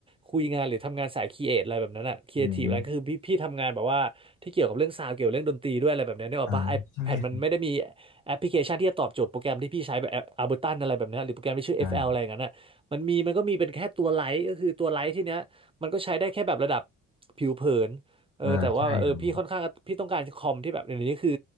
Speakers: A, on the right; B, on the left.
A: คุยงานหรือทำงานสายครีเอทอะไรแบบนั้นอะครีเอทีฟอะไรก็คือพี่พี่ทำงานแบบว่าที่เกี่ยวกับเรื่องซาวด์เกี่ยวกับเรื่องดนตรีด้วยอะไรแบบเนี้ยนึกออกปะ
B: อืมอ่าใช่ครับ
A: iPad มันไม่ได้มี แอปพลิเคชันที่จะตอบโจทย์โปรแกรมที่พี่ใช้แบบอัลเบอร์ตันอะไรแบบเนี้ยหรือโปรแกรมที่ชื่อ
B: ใช่ครับ
A: FL อฟแอลอะไรอย่างนั้นน่ะมันมีมันก็มีเป็นแค่ตัวไลท์ก็คือตัวไลท์ที่เนี้ยมันก็ใช้ได้แค่แบบระดับผิวเผินเออแต่ว่าเออพี่ค่อนข้างพี่ต้องการคอมที่แบบอย่างนี้คือ
B: อ่าใช่ครับ